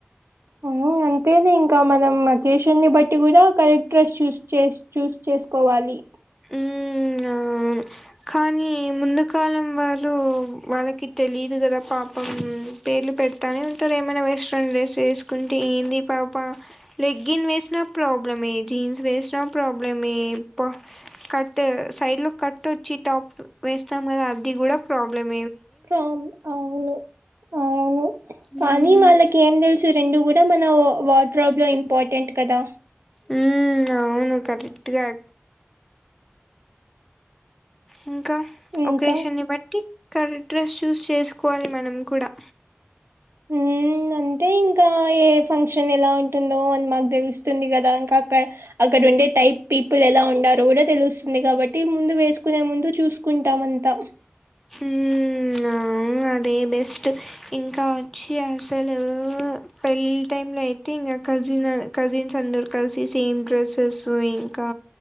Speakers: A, on the right (about 70°); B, in the centre.
A: ఆ అంతేలే ఇంకా మనం అకేషన్ని బట్టి కూడా కరెక్ట్. డ్రెస్ చూస్ చేస్ చూస్ చేసుకోవాలి‌.
B: ఉ అవును కానీ ముందు కాలం వాలు వాళ్ళకి తెలీదు కదా పాపం పేర్లు పెడతానే ఉంటారు ఏమైనా వెస్ట్రన్ డ్రెస్ వేసుకుంటే. ఏంది ఈ పాపా లెగ్గిన్ వేసిన ప్రాబ్లమే జీన్స్ వేస్ వెసిన ప్రాబ్లమే ప కట్ సైడ్ లో కట్ వచ్చి టాప్ వేస్తాం కదా. అది కూడా ప్రాబ్లెమ్.
A: ఫ్రమ్ అవును. అవును కానీ
B: మ్మ్
A: వాళ్ళకి ఏం తెలుసు రెండు కూడా మన వా. ట్రాబ్ లో ఇంపార్టెంట్ కదా.
B: ఉ అవును కరెక్ట్ గా ఇం కా
A: ఇంకా
B: ఒకేషన్ని ని బట్టి కరెక్ట్ డ్రెస్ చూస్ చేసుకోవాలి మనం కూడా.
A: ఉ ఇంగ అంటే ఇంకా ఏ ఫంక్షన్ ఎలా ఉంటుందో అని మాకు తెలుస్తుంది కదా ఇంకా అక్కడ అక్క. ఇక్కడ ఉండే టైప్ పీపుల్ ఎలా ఉండారో కూడా తెలుస్తుంది కాబట్టి ముందు వేసుకునే ముందు చూసుకుంటాం అంతా.
B: ఊ అ అవును అది బెస్ట్ ఇంకా వచ్చి అసలు పెళ్ళి టైంలో అయి అయితే ఇంకా కజిన్ కజిన్స్ అందరు కలిసి సేమ్ డ్రెస్సెస్ ఇంకా